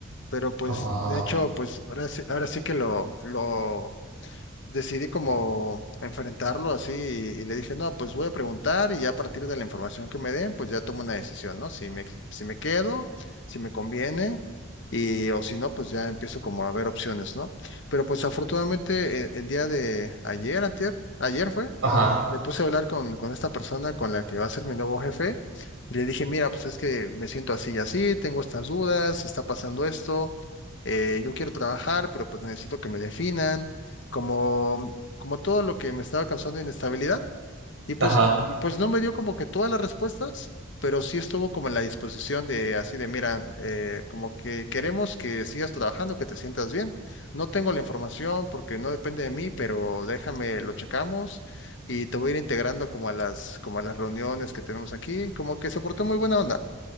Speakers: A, on the left (about 60°); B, on the right (about 80°).
A: Pero pues,
B: ajá,
A: de hecho, pues ahora sí, ahora sí que lo, lo, decidí como enfrentarlo así y, y le dije, no, pues voy a preguntar y ya a partir de la información que me den, pues ya tomo una decisión, ¿no? Si me, si me quedo, si me conviene y o si no, pues ya empiezo como a ver opciones, ¿no? Pero pues afortunadamente eh, el, día de ayer, antier, ayer fue,
B: ajá,
A: me puse a hablar con, con esta persona con la que va a ser mi nuevo jefe y le dije, mira, pues es que me siento así y así, tengo estas dudas, está pasando esto. eh, yo quiero trabajar, pero pues necesito que me definan como, como todo lo que me estaba causando inestabilidad. Y pues,
B: ajá,
A: y pues no me dio como que todas las respuestas, pero sí estuvo como en la disposición de así de, mira, eh, como que queremos que sigas trabajando, que te sientas bien. No tengo la información porque no depende de mí, pero déjame, lo checamos y te voy a ir integrando como a las, como a las reuniones que tenemos aquí. Como que se portó muy buena onda.